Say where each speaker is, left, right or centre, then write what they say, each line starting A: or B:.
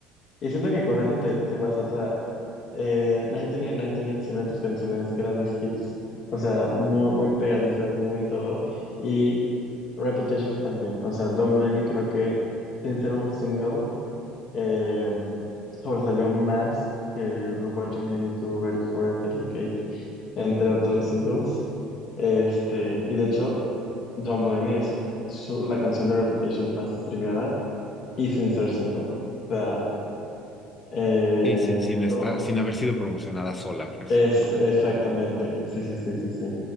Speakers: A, on the left (about 45°); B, on the left (about 15°).
A: y siento que con eso te, te vas, o sea, eh, 1989 tiene excelentes canciones, grandes hits, o sea, muy, muy pegadizas, muy todo, y Reputation también, o sea, Don't Blame Me creo que sin ser un single, eh, sobresalió más que Look What You Made Me Do, Ready For It, Delicate, entre otros singles, este, y de hecho, Don't Blame Me es su- su- la canción de Reputation más streameada, y sin ser single. O sea, eh,
B: Sí, sí, sin estar,
A: to-
B: sin haber sido promocionada sola, pues,
A: es
B: ¿no?
A: exactamente, sí, sí, sí, sí, sí.